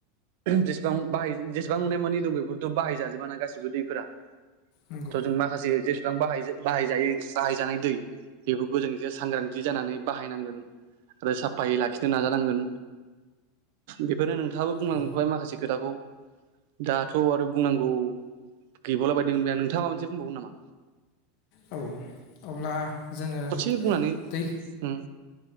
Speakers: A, on the right; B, on the left.
A: जेसेबां जेसेबां नुनाय मानि दं बेफोरथ' बाहायजाजोब ना गासिबो दैफोरा
B: नंगौ
A: थ' जों माखासे ज बिबां बाहायजायै बाहायजानाय दै बेफोरखौ जों एसे सांग्रांथि जानानै बाहायनांगोन आरो साफायै लाखिनो नाजानांगोन बेफोरनो नों थांआबो बुंलांजोबखाबाय
B: औ
A: माखसे खोथाखौ दाथ' आरो बुंनांगौ गैबावला बायदि मोनबाय आं नोंथाङा माबा मोनसे बुंबावगोन नामा?
B: औ अब्ला जोङो
A: ससे बुंनानानै
B: दै
A: ओम